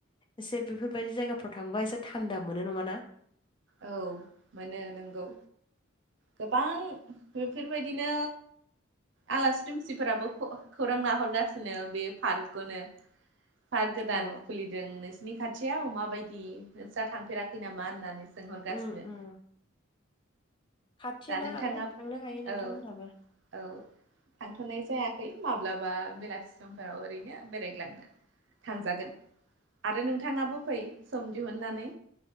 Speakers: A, on the left; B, on the right.
A: एसे बेफोरबायदि जायगाफ्राव थांङोबा एसे थान्दा मोनो नङाना?
B: औ मोनो नोंगौ गोबां बेफोरबायदिनो आलासि दुमसि मानसिफोराबो खौरां लाहरगासिनो बे पार्कखौनो पार्क गोदान
A: अ
B: खुलि जों नोंसनि खाथियाव माबायदि नोंस्रा थांफेराखै नामा? हरगासिनो
A: उम उम खाथि
B: दा
A: ना
B: नोंथाङा
A: आरो थांनो हायो नोंथांमोनहाबो
B: औ औ थांथ'नाय जायाखै माब्लाबा बेलासि समफोराव ओरैनो बेरायग्लांनो। थांजागोन आरो नोंथाङाबो फै सम दिहुननानै